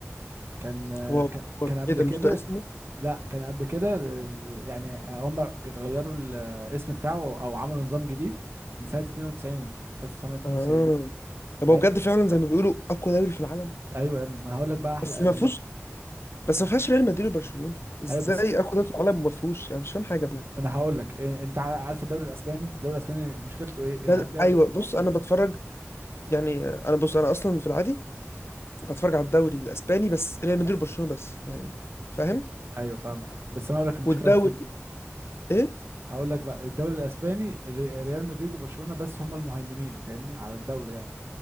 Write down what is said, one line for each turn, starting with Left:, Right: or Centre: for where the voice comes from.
Right: كان آه،
Left: هو
Right: كان
Left: هو-
Right: كان قبل
Left: ايه ده
Right: كده
Left: مش ده اسمه
Right: لا كان قبل كده ال- يعني هم غيروا ال- الاسم بتاعه او عملوا نظام جديد من سنة 92 1992
Left: اه طب
Right: فاهم
Left: هو بجد فعلا زي ما بيقولوا اقوى دوري في العالم
Right: ايوه يا ابني ما انا هقول لك بقى احلى
Left: بس ما فيهوش بس ما فيهاش ريال مدريد وبرشلونه ازاي
Right: ايوه بس
Left: اقوى دوري في العالم وما فيهوش انا مش فاهم حاجه بجد
Right: ما انا هقول لك إيه انت عار- عارف الدوري الاسباني الدوري الاسباني مشكلته ايه
Left: ده
Right: ان
Left: ال-
Right: هتلاقي
Left: ايوه بص انا بتفرج يعني انا بص انا اصلا في العادي انا بتفرج على الدوري الاسباني بس ريال مدريد وبرشلونه بس يعني فاهم
Right: ايوه فاهمك بس انا هقول لك المشكله
Left: والدوري
Right: فين
Left: ايه
Right: هقول لك بقى الدوري الاسباني ري- ريال مدريد وبرشلونه بس هم المهيمنين فاهمني على الدوري يعني